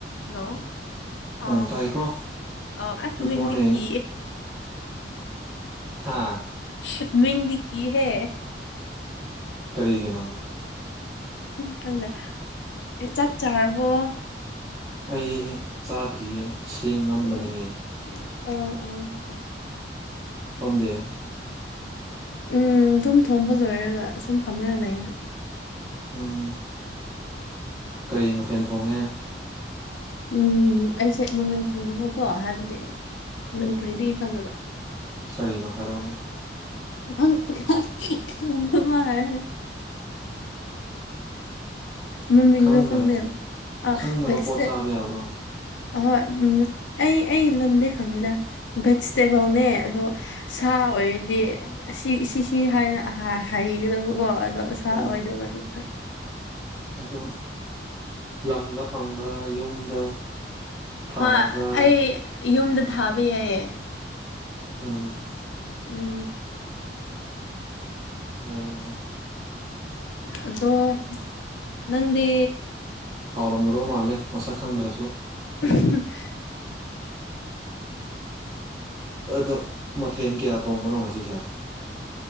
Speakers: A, on the left (about 85°); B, on the right (about 20°).
A: Hello ꯑ
B: ꯎꯝ ꯇꯥꯏꯀꯣ
A: ꯑ ꯑꯁ
B: ꯒꯨꯗ
A: ꯃꯤꯡꯗꯤ
B: ꯃꯣꯔꯅꯤꯡ
A: ꯀꯥ
B: ꯍꯥꯥ
A: ꯁ ꯃꯤꯡꯗꯤ ꯀꯤꯍꯦ
B: ꯀꯔꯤꯒꯤꯅꯣ
A: ꯈꯪꯗꯦ ꯆꯥꯛ ꯆꯥꯔꯕꯣ
B: ꯑꯩ ꯆꯥꯗ꯭ꯔꯤꯌꯦ ꯁꯦꯝꯂꯝꯕꯅꯦ
A: ꯎꯝ ꯎꯝ ꯎꯝ
B: ꯁꯣꯝꯗꯦ
A: ꯎꯝ ꯑꯗꯨꯝ ꯊꯣꯡꯕ ꯂꯣꯏꯔꯒ ꯁꯨꯝ ꯐꯝꯔꯒ ꯂꯩꯌꯦ
B: ꯎꯝ ꯀꯔꯤ ꯃꯊꯦꯜ ꯊꯣꯡꯉꯦ
A: ꯎꯝ ꯑꯩꯁꯦ ꯃꯃꯤꯡ ꯈꯡꯗꯕꯀꯣ ꯍꯥꯏꯕꯗꯤ ꯃꯅꯤꯄꯨꯔꯤꯗꯒꯤ ꯈꯪꯗꯕ꯭ꯔꯥ
B: ꯀꯔꯤꯅꯣ ꯍꯥꯏꯔꯛꯑꯣꯅꯦ
A: ꯪꯪ <unintelligible> ꯃꯃꯤꯡꯗꯣ
B: ꯈꯪꯗꯕ
A: ꯈꯪꯗꯦꯕ ꯑꯥ
B: ꯈꯪꯗꯕ
A: ꯕꯦꯠꯁꯇꯦꯕ
B: ꯄꯣꯠ ꯆꯥꯕ ꯌꯥꯕ꯭ꯔꯣ
A: ꯑꯍꯣꯏ ꯑꯩ ꯑꯩ ꯂꯣꯟꯗꯩ ꯈꯪꯉꯤꯗ ꯚꯦꯖꯤꯇꯦꯕꯜꯅꯦ ꯑꯗꯣ ꯁꯥ ꯑꯣꯏꯔꯗꯤ ꯁꯤ ꯁꯤꯁꯤ ꯍꯥꯏꯅ ꯍꯥꯏꯒꯗꯕꯀꯣ ꯑꯗꯣ ꯁꯥ
B: ꯎꯝ
A: ꯑꯣꯏꯗꯕꯅꯤꯅ
B: ꯑꯗꯨ ꯂꯝꯗ ꯐꯪꯕ꯭ꯔꯥ ꯌꯨꯝꯗ ꯊꯥꯕ꯭ꯔꯥ
A: ꯍꯥ ꯑꯩ ꯌꯨꯝꯗ ꯊꯥꯕ ꯌꯥꯏꯌꯦꯦ
B: ꯎꯝ
A: ꯎꯝ
B: ꯌꯥꯏ ꯌꯥꯏ
A: ꯑꯗꯣ ꯅꯪꯗꯤ
B: ꯍꯥꯎꯔꯝꯒꯗꯧ ꯃꯥꯜꯂꯦ ꯃꯁꯛ ꯈꯪꯗ꯭ꯔꯁꯨ
A: <unintelligible>
B: ꯑꯩ ꯑꯗꯣ ꯃꯊꯦꯜ ꯀꯌꯥ ꯊꯣꯡꯕꯅꯣ ꯉꯁꯤꯁꯦ